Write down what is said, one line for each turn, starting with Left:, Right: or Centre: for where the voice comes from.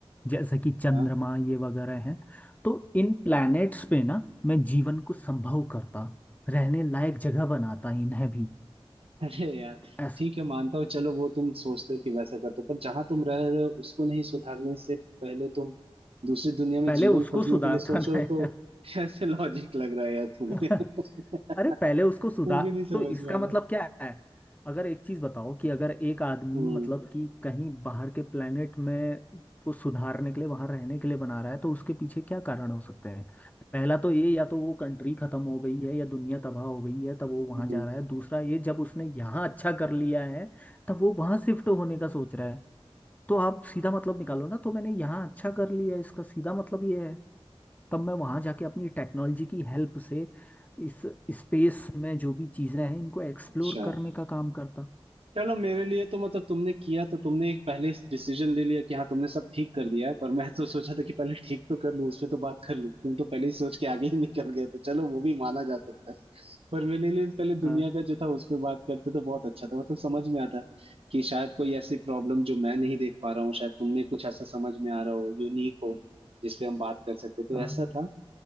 Left: जैसे कि चंद्रमा
Right: हाँ
Left: ये वगैरह हैं तो इन प्लैनेट्स पे ना मैं जीवन को संभव करता रहने लायक जगह बनाता इन्हें भी
Right: अरे यार
Left: ऐसा
Right: ठीक है मानता हूँ चलो वो तुम सोचते हो कि वैसा करते हो पर जहां तुम रह रहे हो उसको नहीं सुधारने से पहले तुम दूसरी दुनिया में
Left: पहले
Right: जीवन
Left: उसको
Right: खोजने
Left: सुधारता
Right: के लिए सोचो
Left: ना है।
Right: तो कैसे लॉजिक लग रहा है यार तुम्हें
Left: <laughs>
Right: <laughs>
Left: अरे पहले उसको सुधार
Right: मुझे नहीं समझ
Left: तो इसका
Right: में आ रहा
Left: मतलब क्या है अगर एक चीज बताओ कि अगर एक आदमी
Right: हम्म
Left: मतलब कि कहीं बाहर के प्लेनेट में को सुधारने के लिए वहां रहने के लिए बना रहा है तो उसके पीछे क्या कारण हो सकते हैं पहला तो ये या तो वो कंट्री खत्म हो गई है या दुनिया तबाह हो गई है तब वो वहां
Right: हम्म
Left: जा रहा है दूसरा ये जब उसने यहाँ अच्छा कर लिया है तब वो वहां शिफ्ट होने का सोच रहा है तो आप सीधा मतलब निकालो ना तो मैंने यहाँ अच्छा कर लिया है, इसका सीधा मतलब ये है तब मैं वहां जाके अपनी टेक्नोलॉजी की हेल्प से इस स्पेस में जो भी चीजें हैं इनको एक्सप्लोर
Right: अच्छा
Left: करने का काम करता
Right: चलो मेरे लिए तो मतलब तुमने किया तो तुमने एक पहले डिसीजन ले लिया कि हाँ तुमने सब ठीक कर दिया है पर मैं तो सोचा था कि पहले ठीक तो कर लूं उसमें तो बात कर लूं तुम तो पहले ही सोच के आगे ही निकल गए तो चलो वो भी माना जा सकता है पर मेरे लिए पहले
Left: हाँ
Right: दुनिया का जो था उस पे बात करते तो बहुत अच्छा था मतलब समझ में आता कि शायद कोई ऐसी प्रॉब्लम जो मैं नहीं देख पा रहा हूँ शायद तुम में कुछ ऐसा समझ में आ रहा हो यूनिक हो जिसपे हम बात कर सकते तो
Left: हाँ
Right: ऐसा था